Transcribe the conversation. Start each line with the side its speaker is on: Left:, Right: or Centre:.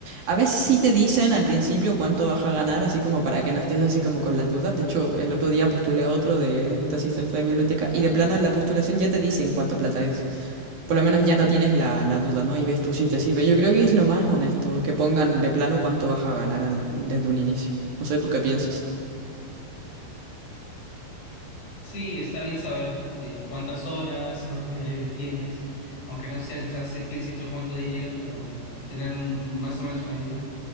Right: A veces sí te dicen al principio cuánto vas a ganar, así como para que no estés así como con la duda. De hecho, el otro día postulé otro de, de asistente de biblioteca y de plano en la postulación ya te dicen cuánta plata es. Por lo menos ya no tienes la, la duda, ¿no? Y ves tú si te sirve. Yo creo que es lo más honesto, que pongan de plano cuánto vas a ganar al- desde un inicio. No sé, ¿tú qué piensas?
Left: Sí, está bien saber eh, cuántas horas, cuántos días libres tienes, aunque no sea quizás explícito cuánto dinero, pero bueno, tener un- más o menos una idea.